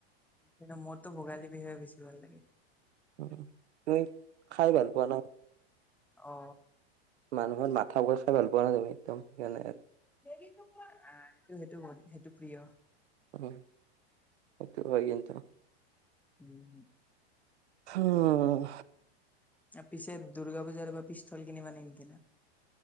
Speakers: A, in the centre; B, on the right.
A: কিন্তু মোৰতো ভোগালী বিহুহে বেছি ভাল লাগে।
B: উম্, তুমি খাই ভাল পোৱা না।
A: অ
B: মানুহৰ মাথা ৱাছ খাই ভাল পোৱা নে তুমি, একদম সেইকাৰণে আৰু
A: এইটো সেইটো, সেইটো প্ৰিয়।
B: উম্, সেইটো হয় কিন্তু।
A: উম্,
B: উম্,
A: পিছে দুৰ্গা পূজাত এইবাৰ পিষ্টল কিনিবা নে নিকিনা?